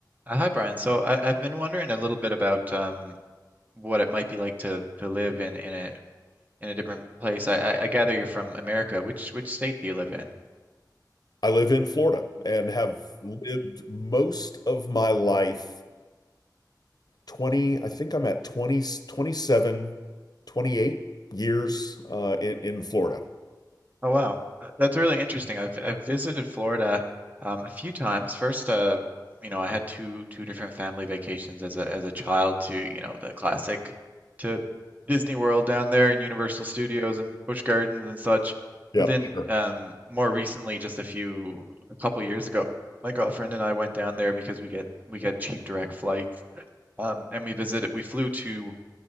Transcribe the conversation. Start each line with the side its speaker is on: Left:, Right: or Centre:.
Right: Uh, hi, Brian. So I, I've been wondering a little bit about um, what it might be like to, to live in, in a in a different place. I, I I gather you're from America. Which which state do you live in?
Left: I live in Florida and have lived most of my life 20, I think I'm at 20, 27, twenty eight years uh, in, in Florida.
Right: Oh wow, Th- that's really interesting. I've I've visited Florida um, a few times. First, uh, you know, I had two two different family vacations as a as a child to, you know, the classic to Disney World down there and Universal Studios and Busch Gardens and such.
Left: Yeah,
Right: But then
Left: sure.
Right: um, more recently, just a few a couple years ago, my girlfriend and I went down there because we get we get cheap direct flights. Um, and we visited. We flew to